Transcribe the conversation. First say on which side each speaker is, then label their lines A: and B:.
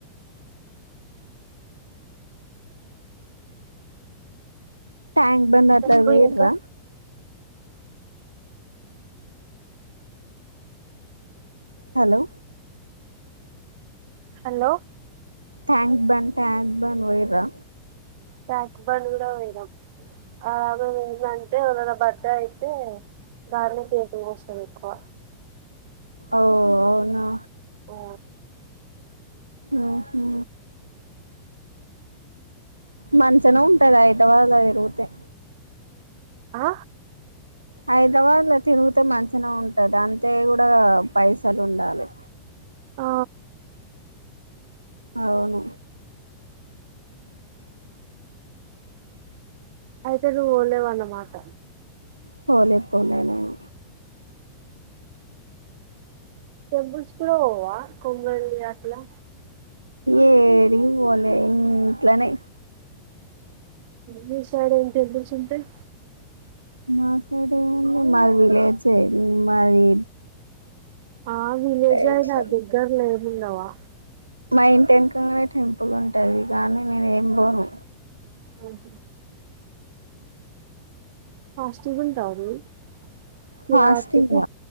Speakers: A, on the right; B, on the right.
A: ట్యాంక్ బండ్ అట్లా
B: చెప్పు
A: పొయ్యిర్రా
B: ఇంకా
A: hello
B: hello
A: tank bund tank bund పోయిర్రా
B: ట్యాంక్ బండ్ కూడా పోయినం అలాగే వేందంటే ఎవరిది అన్న బడ్డే అయితే గానే కేకులు కోస్తాం ఎక్కువ
A: ఓ అవునా
B: ఓ
A: ఉహు మంచనే ఉంటది హైదరాబాద్ల తిరుగుతే
B: ఆ
A: హైదరాబాద్ లో తిరుగితే మంచిగనే ఉంటది అంతే కూడా పైసలు ఉండాలి
B: ఆ
A: అవును
B: అయితే రూల్ లేవాన్నమాట
A: పోలేపోలే నేను
B: టెంపుల్స్కు కూడా పోవ కొంరెల్లీ అట్లా
A: ఏడికి పోలే ఇంట్లానే
B: మీ సైడ్ ఏం టెంపుల్స్ ఉంటయి
A: మా సైడ్ ఎండి మాది విలేజ్ చే మరి
B: ఆ విలేజ్
A: చెప్తారు
B: అయిన దగ్గరలో ఏం ఉండవా
A: మా ఇంటి వెనకాలే నే టెంపుల్ ఉంటది కానీ నేను ఏం పోను
B: హమ్ ఫాస్టింగ్ ఉంటావా నువ్వు శివరాత్రికి
A: ఫాస్టింగ్